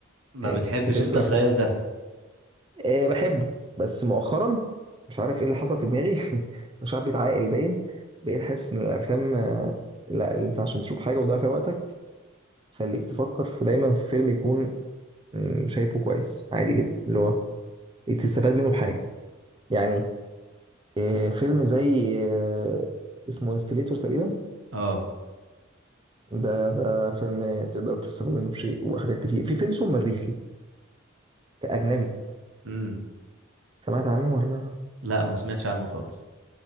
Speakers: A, on the right; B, on the right.
A: ما
B: يعني
A: بتحبش
B: بتسرح
A: انت الخيال ده
B: آه بحبه بس مؤخرا مش عارف ايه اللي حصل في دماغي <laughs> مش عارف بيتعاقل باين بقيت حاسس ان الافلام آه، لا انت عشان تشوف حاجه وتضيع فيها وقتك خليك تفكر في دايما في فيلم يكون مم، شايفه كويس عادي جدا اللي هو تستفاد منه بحاجه يعني آه، فيلم زي آه، اسمه انستليتور تقريبا
A: اه
B: ده ده فيلم تقدر تستفاد منه بشيء وحاجات كتير في فيلم اسمه مريخي كأجنبي
A: امم
B: سمعت عنه ولا
A: لا ما سمعتش عنه خالص